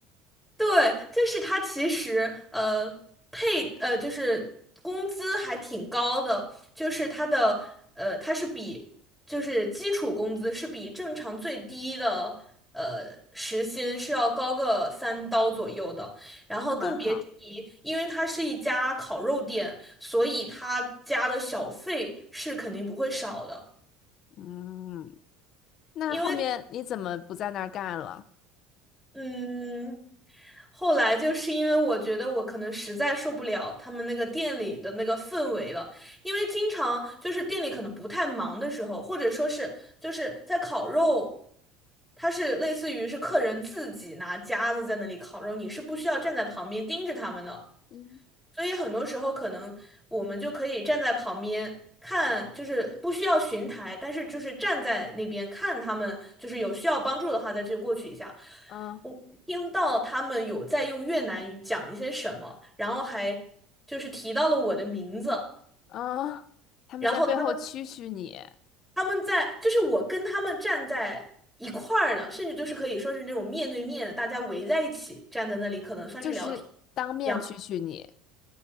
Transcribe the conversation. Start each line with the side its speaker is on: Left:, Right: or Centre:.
Centre: 对，就是他其实呃配呃就是工资还挺高的，就是他的呃他是比就是基础工资是比正常最低的呃时薪是要高个三刀左右的，然后更别提，
Left: 那还蛮好。
Centre: 因为它是一家烤肉店，所以他加的小费是肯定不会少的。
Left: 嗯，那后面你怎么不在那儿干了？
Centre: 因为嗯，后来就是因为我觉得我可能实在受不了他们那个店里的那个氛围了，因为经常就是店里可能不太忙的时候，或者说是就是在烤肉，它是类似于是客人自己拿夹子在那里烤肉，你是不需要站在旁边盯着他们的。
Left: 嗯
Centre: 所以很多时候可能我们就可以站在旁边看，就是不需要巡台，但是就是站在那边看他们，就是有需要帮助的话再去过去一下。
Left: 嗯
Centre: 我听到他们有在用越南语讲一些什么，然后还就是提到了我的名字，
Left: 嗯，他们在背后蛐蛐你，
Centre: 然后他们他们在就是我跟他们站在一块儿的，甚至就是可以说是那种面对面的，大家围在一起站在那里，可能算是聊天
Left: 就是当面蛐蛐你。
Centre: 一样。